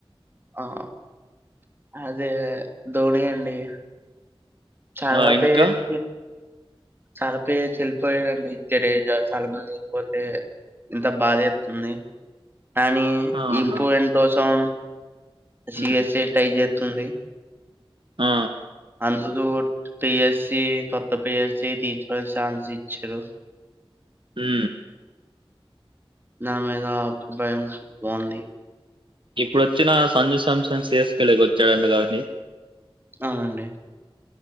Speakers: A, on the right; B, on the right.
A: ఆ అదే ధోని అండి చాలా
B: ఆ
A: బేస్
B: ఇంకా
A: చలపైయ్యా చనిపోయాడండి తెరజ చాలా మంది ఎల్లిపోతే ఇంత బాదేత్తంది కానీ
B: ఆహా
A: ఇంపువెంట్ కోసం సిఎస్ఏ
B: ఉమ్
A: టైజె తుండి
B: ఆ
A: అందు పిఎస్సి కొత్త పిఎస్సి తీచకో ఛాన్స్ ఇచ్చారు
B: హూ
A: దాని మీద అభిప్రాయం బావుంది
B: ఇప్పుడు వచ్చిన సంజు శాంసన్ సిఎస్కెళ్ కీ వచ్చాడంట కదండి
A: అ అండి